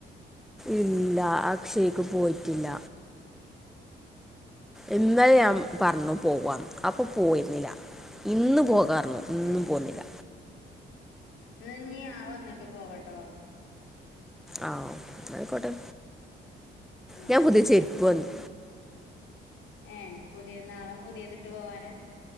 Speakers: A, in the centre; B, on the left.
A: ഇല്ല അക്ഷയ്ക്ക് പോയിട്ടില്ല ഇന്നലെ
B: ഉം
A: ഞാൻ പറഞ്ഞു പോവാന്ന് അപ്പൊ പോയിരുന്നില്ല, ഇന്ന് പോകാർഞ്ഞു. ഇന്നും
B: ഏ
A: പോന്നില്ല
B: എന്നാഞ്ഞി ഞാ വന്നിട്ട് പോവട്ടോ
A: ആഹ് എന്നാ ആയിക്കോട്ടെ,
B: ആ
A: ഞാൻ പുതിയ ചെരുപ്പ് വാങ്ങി.
B: ഏഹ് പുതിയ നാളെ പുതിയതിട്ട് പോവാനാ?